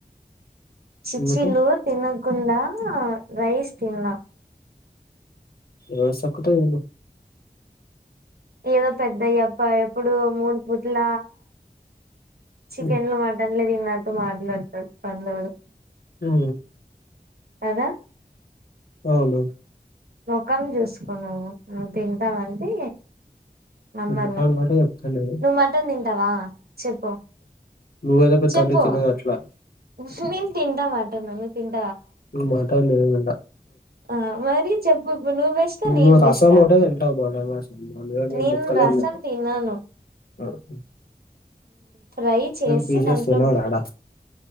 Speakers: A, on the right; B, on the left.
A: చిప్సిల్లు
B: ఎందుకు
A: తినకుండా రైస్ తిన్న
B: రైస్ ఒక్కటే తిను
A: ఏదో పెద్దయ్య ఈ యప్ప ఎప్పుడు మూడు పూట్ల చికెన్లు
B: ఉమ్,
A: మటన్లు దీన్నటు మాట్లాడతాడు పందోడు
B: హు
A: కదా
B: అవును
A: ముఖం చూసుకో నువ్వు నువ్వు తింటవు అంటే నమ్మల
B: తింటాను కాబట్టి చెప్తాలేను
A: నువ్వు మటన్ తింటావా చెప్పు
B: నువ్వేదో పెద్ద
A: చెప్పు
B: అన్ని తినదు అట్లా
A: <unintelligible> తింటా మటన్ <unintelligible>
B: నువ్ మాట్లాడ <unintelligible>
A: ఆ మరి చెప్పు చెప్పు నువ్వు బెస్ట నేను
B: నువ్వు రసం
A: బెస్ట
B: ఒకటే తింటావు మటన్ రసం మేము
A: నేను
B: ముక్కలేం
A: రసం
B: తినం
A: తినను
B: ఉమ్,
A: ఫ్రై చేసి
B: మేము పీసెస్
A: దాంట్లో
B: తినం యాడ